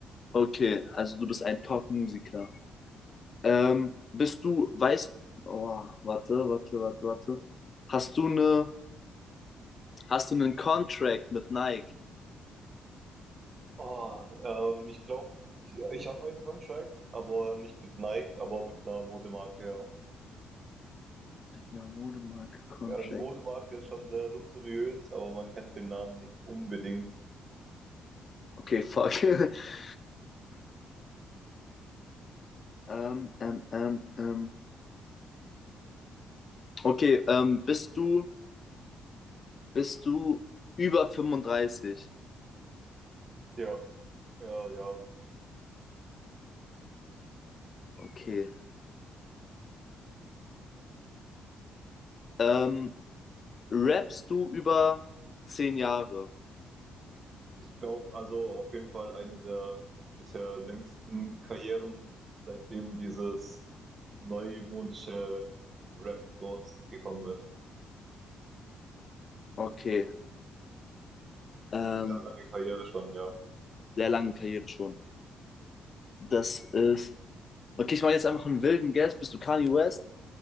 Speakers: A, on the left; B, on the right.
A: Okay, also du bist ein Top-Musiker. Ähm, bist du, weißt, oh, warte, warte, warte, warte. Hast du eine, hast du einen Contract mit Nike?
B: Oh, ähm, ich glaube, ich, ich habe einen Contract, aber nicht mit Nike, aber mit einer Modemarke, ja.
A: Na, Modemarke, Contract.
B: Ja, die Modemarke ist schon sehr luxuriös, aber man kennt den Namen nicht unbedingt.
A: Okay, fuck. <laughs> ähm, ähm, ähm, ähm. Okay, ähm, bist du, bist du über 35?
B: Ja, ja, ja.
A: Okay. Ähm, rappst du über 10 Jahre?
B: Ich glaube, also auf jeden Fall eine der bisher längsten Karrieren, seitdem dieses neumodische Rap rausgekommen ist.
A: Okay. Ähm,
B: Also sehr lange Karriere schon, ja.
A: sehr lange Karriere schon. Das ist. Okay, ich mache jetzt einfach einen wilden Guess. Bist du Kanye West?